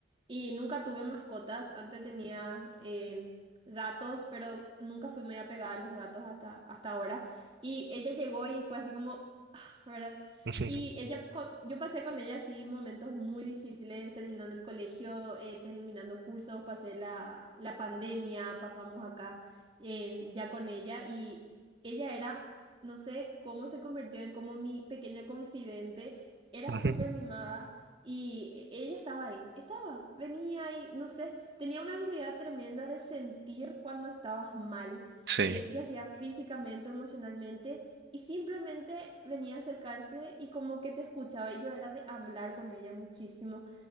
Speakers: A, on the right; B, on the right.
A: y nunca tuve mascotas. Antes tenía eh, gatos, pero nunca fui muy apegada a los gatos hasta, hasta ahora. Y ella llegó y fue así como ¿verdad?
B: <laughs>
A: Y ella, co- yo pasé con ella así momentos muy difíciles, terminando el colegio, eh, terminando cursos, pasé la, la pandemia, pasamos acá eh, ya con ella y ella era, no sé cómo se convirtió en como mi pequeña confidente, era
B: Ujú,
A: súper mimada y e- ella estaba ahí, estaba, venía y no sé, tenía una habilidad tremenda de sentir cuando estabas mal,
B: Sí,
A: eh, ya sea físicamente, o emocionalmente. Y simplemente venía a acercarse y como que te escuchaba y yo era de hablar con ella muchísimo.